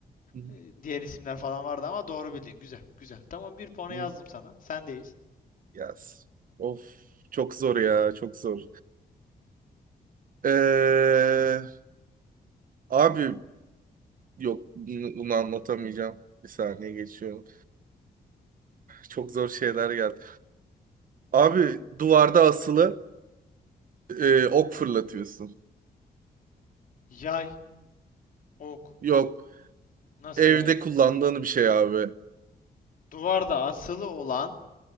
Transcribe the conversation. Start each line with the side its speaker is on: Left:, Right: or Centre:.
Right: Hı
Left: e, diğer isimler falan vardı ama doğru bildin. Güzel, güzel. Tamam bir puanı
Right: hı.
Left: yazdım sana. Sendeyiz.
Right: Yes. Of. Çok zor ya. Çok zor. Ee, abi yok. Bunu bunu anlatamayacağım. Bir saniye geçiyorum. Çok zor şeyler geldi. Abi duvarda asılı e, ok fırlatıyorsun.
Left: Yay, ok.
Right: Yok.
Left: Nasıl
Right: Evde
Left: yani?
Right: kullandığın bir şey abi.
Left: Duvarda asılı olan